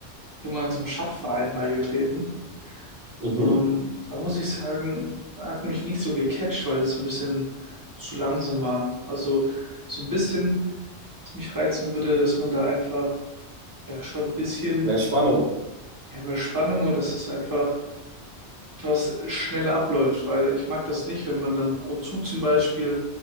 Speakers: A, on the right (about 20°); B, on the right (about 50°).
A: ich bin mal in so einem Schachverein beigetreten.
B: mhm.
A: Ähm, da muss ich sagen, hat mich nicht so gecatcht, weil es ein bisschen zu langsam war. Also so ein bisschen, was mich reizen würde, dass man da einfach ja schon ein bisschen
B: Mehr Spannung.
A: ja, mehr Spannung und dass es einfach etwas schneller abläuft, weil ich mag das nicht, wenn man dann pro Zug zum Beispiel